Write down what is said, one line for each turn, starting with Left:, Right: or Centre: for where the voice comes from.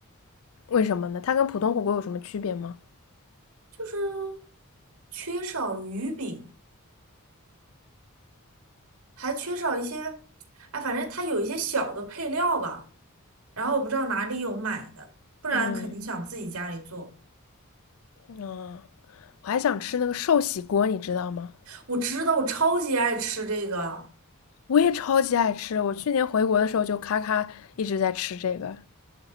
Left: 为什么呢？它跟普通火锅有什么区别吗？
Right: 就是缺少鱼饼，还缺少一些，哎，反正它有一些小的配料吧。然后我不知道哪里有买的，不然肯定想自己家里做。
Left: 嗯，啊，我还想吃那个寿喜锅，你知道吗？
Right: 我知道，我超级爱吃这个。
Left: 我也超级爱吃，我去年回国的时候就咔咔一直在吃这个。